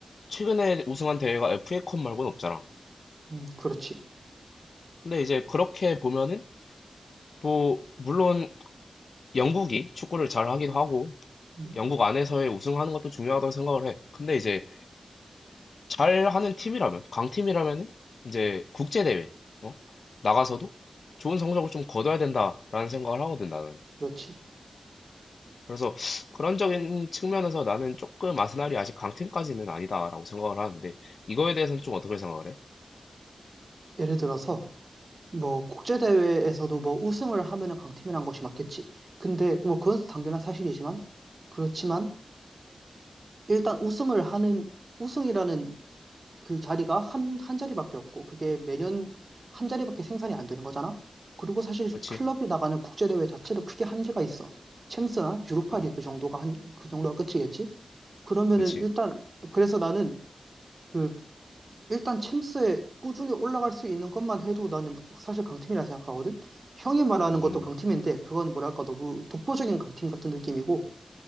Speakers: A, on the left; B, on the right.
A: 최근에 우승한 대회가 FA컵 말고는 없잖아.
B: 음, 그렇지.
A: 근데 이제 그렇게 보면은, 뭐, 물론 영국이 축구를 잘하기도 하고
B: 음,
A: 영국 안에서의 우승하는 것도 중요하다고 생각을 해. 근데 이제 잘하는 팀이라면 강팀이라면 이제 국제 대회 어? 나가서도 좋은 성적을 좀 거둬야 된다라는 생각을 하거든 나는.
B: 그렇지.
A: 그래서 그런적인 측면에서 나는 조금 아스날이 아직 강팀까지는 아니다라고 생각을 하는데 이거에 대해서는 좀 어떻게 생각을 해?
B: 예를 들어서 뭐 국제대회에서도 뭐 우승을 하면은 강팀이란 것이 맞겠지. 근데 뭐 그건 당연한 사실이지만 그렇지만 일단 우승을 하는 우승이라는 그 자리가 한, 한 자리밖에 없고 그게 매년 한 자리밖에 생산이 안 되는 거잖아. 그리고 사실
A: 그렇지,
B: 클럽이 나가는 국제대회 자체도 크게 한계가 있어. 챔스나 유로파
A: 음,
B: 리그 정도가 한, 그 정도가 끝이겠지? 그러면은
A: 그렇지,
B: 일단 그래서 나는 그 일단 챔스에 꾸준히 올라갈 수 있는 것만 해도 나는 사실 강팀이라 생각하거든. 형이 말하는
A: 음,
B: 것도 강팀인데 그건 뭐랄까 너무 독보적인 강팀 같은 느낌이고